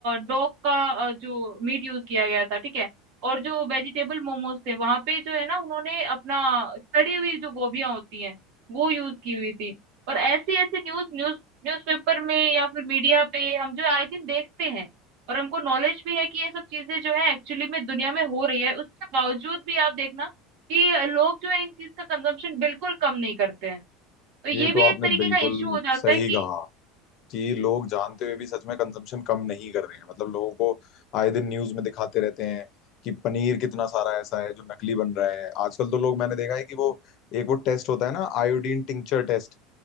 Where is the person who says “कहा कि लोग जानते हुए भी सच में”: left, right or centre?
Left